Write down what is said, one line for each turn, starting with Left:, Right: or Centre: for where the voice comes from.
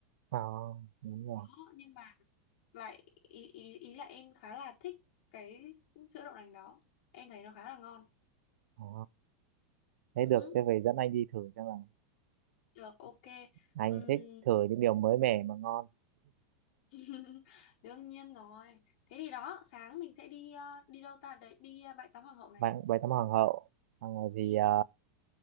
Right: ờ đúng rồi
Left: đó nhưng mà lại ý ý ý là em khá là thích cái sữa đậu nành đó em thấy nó khá là ngon
Right: ờ thế
Left: Ừ
Right: được
Left: hứ,
Right: thế về dẫn anh đi thử xem là
Left: được ok
Right: anh
Left: Ừm,
Right: thích thử những điều mới mẻ mà ngon
Left: <laughs> đương nhiên rồi thế thì đó sáng mình sẽ đi ờ, đi đâu ta đấy đi ờ, bãi tắm hoàng hậu này
Right: bánh bánh tắm hoàng hậu xong rồi thì
Left: đi
Right: ờ,
Left: từ,